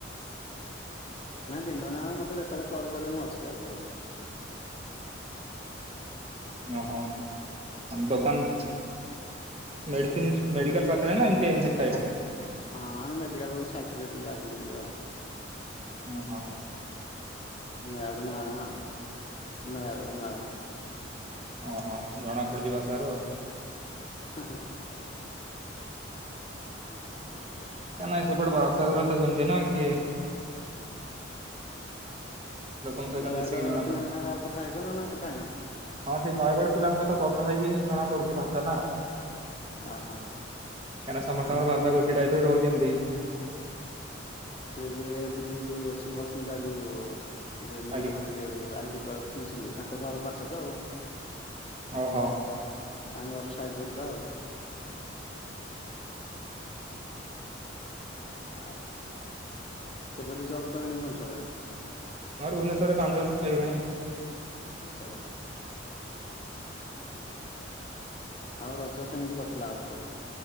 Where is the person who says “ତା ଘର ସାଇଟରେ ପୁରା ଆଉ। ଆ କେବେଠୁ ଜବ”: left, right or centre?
Left